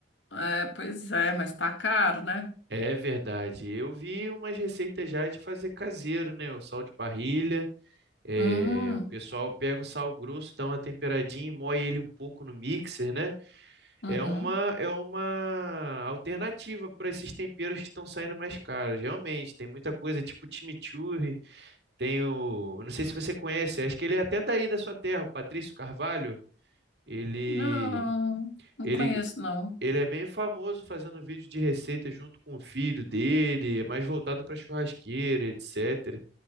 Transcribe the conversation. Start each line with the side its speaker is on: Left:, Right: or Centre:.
Left: É, pois é, mas tá caro, né?
Right: É verdade. Eu vi umas receitas já de fazer caseiro, né? O sal de parrilha. É,
Left: Hum,
Right: o pessoal pega o sal grosso, dá uma temperadinha e moe ele um pouco no mixer, né?
Left: uhum.
Right: É uma, é uma alternativa para esses temperos que estão saindo mais caros. Realmente, tem muita coisa tipo chimichurri, Tem o, eu não sei se você conhece, acho que ele é até daí da sua terra, o Patrício Carvalho. Ele,
Left: Não, não
Right: ele,
Left: conheço, não.
Right: ele é bem famoso fazendo vídeo de receita junto com o filho dele, é mais voltado para churrasqueira, etc.